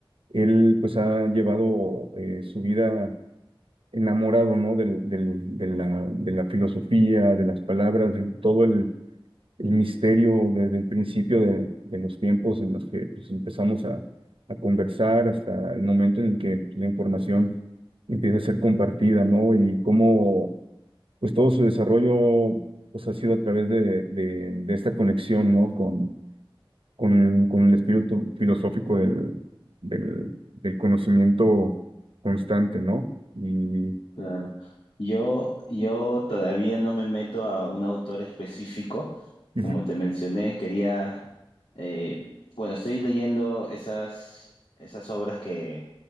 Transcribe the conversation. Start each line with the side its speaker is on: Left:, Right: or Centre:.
Right: él pues ha llevado eh, su vida enamorado, ¿no? Del, del- de la, de la filosofía, de las palabras, de todo el, el misterio desde el principio de, de los tiempos en los que pues, empezamos a, a conversar hasta el momento en el que la información empieza a ser compartida, ¿no? Y cómo pues todo su desarrollo pues, ha sido a través de, de, de esta conexión, ¿no? Con, con, con el espíritu filosófico del, del, del conocimiento constante, ¿no? Y...
Left: claro. Yo, yo todavía no me meto a un autor específico.
Right: ujú,
Left: Como te mencioné, quería, eh, bueno, estoy leyendo esas, esas obras que,